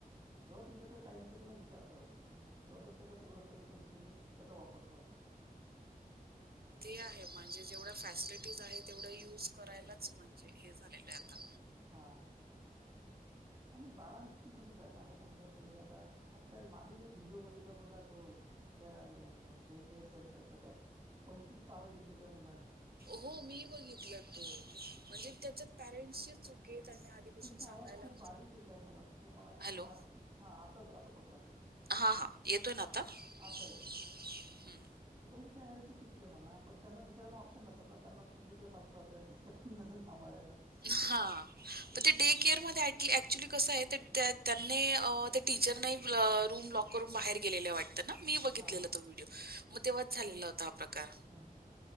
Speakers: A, on the right; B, on the right.
A: जेव्हा तुच्याकडे काय नसं ते विचार करत नाही जेव्हा तुमच्याकडे सगळं असताना तुम्ही त्याचा वापर करता
B: ते आहे म्हणजे जेवढ्या फॅसिलिटीज आहे तेवढ्या युज करायला म्हणजे हे झालेलं आहे आता
A: हा आणि बाळांचं पण तसच आहे ना आता समजा पहिले आता आता त्या मागे मी एक व्हिडिओ बघितला बघा त त्या डे केअर सेंटरचा त्या पंचवीस चावे घेतले त्या मुलांनी
B: हो मी बघितलं तो म्हणजे त्याच्या पॅरेंट्सची चूक आहे त्यांनी आधीपासून
A: तुमचा
B: सांगायला
A: आवाज खूप बारीक येत आहे मला तु आपला
B: हॅलो
A: हात हा आताच असं पकडा ना
B: हा हा येतोय ना आता हम्म
A: आता येतोय त्याच्यामध्ये पॅरेंट्ची चुकी आहे म्हणा पण त्यांना विचारा ऑप्शन नस ना त्यां तुमकडे सासू सासू आहे त्यां कुण नस सांभाळायला
B: हां पण ते डे केअर म ऍक्च्युली कसं आहे त्यांनी त्या टीचर नाही रूम लॉ करून बाहेर गेलेलं वाटतं ना मी बघितलेला
A: हा हा
B: तो व्हिडिओ, मग तेव्हाच झालेला होता. हा प्रकार
A: हां